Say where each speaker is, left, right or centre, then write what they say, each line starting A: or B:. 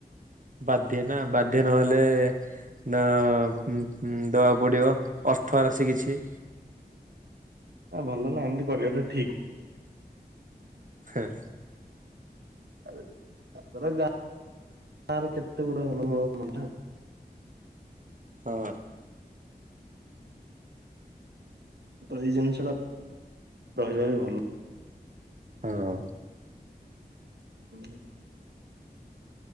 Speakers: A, on the right; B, on the right.
A: ବାଧ୍ୟ ନା। ବାଧ୍ୟ ନହେଲେ ନା ଉଁ ଉଁ ଦେବାକୁ ପଡ଼ିବ ଅର୍ଥ ରାଶି କିିଛି।
B: ଆ ଭଲ ନା ଏମିତି କରିବାଟା ଠିକ।
A: ହେଁ।
B: <unintelligible>
A: ହଁ।
B: ତ ଏଇ ଜିନିଷ ଟା ରହିବା ବି ଭଲ।
A: ହଁ।
B: ହୁଁ।